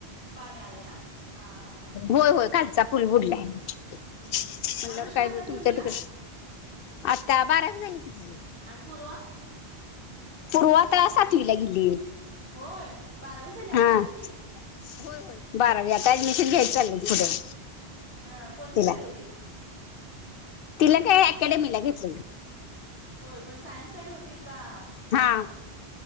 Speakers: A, on the right (about 70°); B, on the left (about 65°).
A: पाणी आलंय ना हा हा हा
B: होय होय खालचा पूल बुडलाय. म्हणल्यावर
A: हम्म अनुष्का
B: काय
A: आता
B: ब
A: कितवीला
B: तुच्या तिक आता बारावी झाली किती.
A: अन पूर्वा?
B: पूर्वा आता सातवीला गेली.
A: होय बारावी झाली अनुष्काची?
B: हा होय होय बारावी आता ॲडमिशन घ्यायच चाललंय की पुढं.
A: हा कोणती
B: तिला
A: साईड होती?
B: तिला काय ॲकॅडमीला घेतलेलं.
A: होय पण सायन्स साईड होती का. कॉमर्स
B: हा